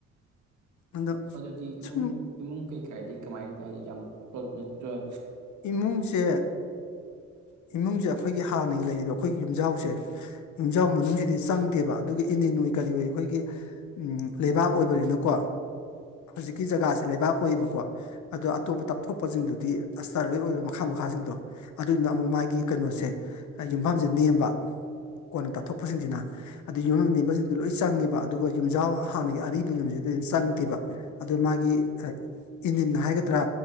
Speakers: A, on the left (about 70°); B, on the right (about 75°).
A: ꯑꯗꯣ
B: ꯑꯗꯨꯗꯤ ꯏꯃꯨꯡ
A: ꯁꯨꯝ
B: ꯏꯃꯨꯡ ꯀꯩꯀꯥꯏꯗꯤ ꯀꯃꯥꯏꯅ ꯇ ꯍꯥꯏꯗꯤ ꯌꯥꯝ ꯊꯠꯣꯏ
A: ꯏꯃꯨꯡꯁꯦ ꯏꯃꯨꯡꯁꯦ ꯑꯩꯈꯣꯏꯒꯤ ꯍꯥꯟꯅꯒꯤ ꯂꯩꯔꯤꯕ ꯑꯩꯈꯣꯏꯒꯤ ꯌꯨꯝꯖꯥꯎꯁꯦ ꯌꯨꯝꯖꯥꯎ ꯃꯅꯨꯡꯁꯤꯗꯤ ꯆꯪꯗꯦꯕ ꯑꯗꯨꯒꯒꯤ ꯏꯅꯤ ꯅꯣꯏ ꯀꯔꯤ ꯑꯣꯏ ꯑꯩꯈꯣꯏꯒꯤ ꯂꯩꯕꯥꯛ ꯑꯣꯏꯕꯅꯤꯅꯀꯣ ꯍꯧꯖꯤꯛꯀꯤ ꯖꯒꯥꯁꯦ ꯂꯩꯕꯥꯛ ꯑꯣꯏꯌꯦꯕꯀꯣ ꯑꯗꯣ ꯑꯇꯣꯞꯄ ꯇꯞꯊꯣꯛꯄꯁꯤꯡꯗꯨꯗꯤ ꯑꯁꯇꯔ ꯂꯣꯏ ꯑꯣꯏꯕ ꯃꯈꯥ ꯃꯈꯥꯁꯤꯡꯗꯣ ꯑꯗꯨꯗꯨꯅ ꯑꯃꯨꯛ ꯃꯥꯒꯤ ꯀꯩꯅꯣꯁꯦ ꯌꯨꯝꯐꯝꯁꯦ ꯅꯦꯝꯕ ꯀꯣꯟꯅ ꯇꯥꯊꯣꯛꯄꯁꯤꯡꯁꯤꯅ ꯑꯗꯨ ꯌꯨꯝꯐꯝ ꯅꯦꯝꯕꯁꯤꯡꯗꯣ ꯂꯣꯏ ꯆꯪꯉꯦꯕ ꯑꯗꯨꯒ ꯌꯨꯝꯖꯥꯎ ꯍꯥꯟꯅꯒꯤ ꯑꯔꯤꯕ ꯌꯨꯝꯁꯤꯗ ꯆꯪꯗꯦꯕ ꯑꯗꯨ ꯃꯥꯒꯤ ꯏꯅꯤꯟ ꯍꯥꯏꯒꯗ꯭ꯔꯥ